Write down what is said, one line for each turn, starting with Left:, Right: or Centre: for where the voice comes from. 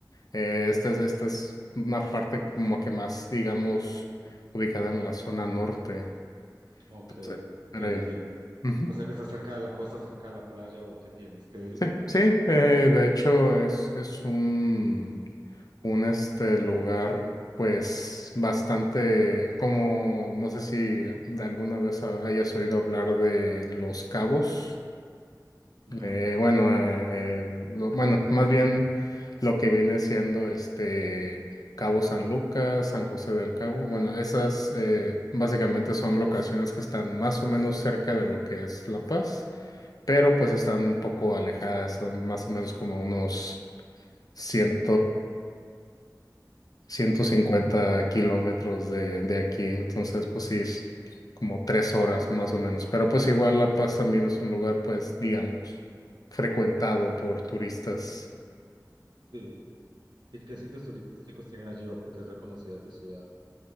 Left: Eh,
Right: Ok,
Left: esta es, esta es una parte como que más, digamos, ubicada en la zona norte.
Right: ok,
Left: Entonces,
Right: ok,
Left: pero,
Right: entiendo.
Left: ujú.
Right: O sea que está cerca de la costa, cerca de la playa, ¿o qué tienes? ¿Qué?
Left: Sí, sí, eh, de hecho es, es un, un este lugar pues bastante como no sé si de alguna vez ha- hayas oído hablar de Los Cabos.
Right: No.
Left: Eh, bueno, eh, eh, lo- bueno, más bien lo que viene siendo este Cabo San Lucas, San José del Cabo. Bueno, esas eh, básicamente son locaciones que están más o menos cerca de lo que es La Paz pero pues están
Right: Sí.
Left: un poco alejadas, son más o menos como unos cien, ciento cincuenta kilómetros de, de aquí, entonces pues sí, es como tres horas más o menos, pero pues igual La Paz también es un lugar pues digamos frecuentado por turistas.
Right: Sí. ¿Y qué sitios turísticos tienen allí o Porque es reconocida tu ciudad?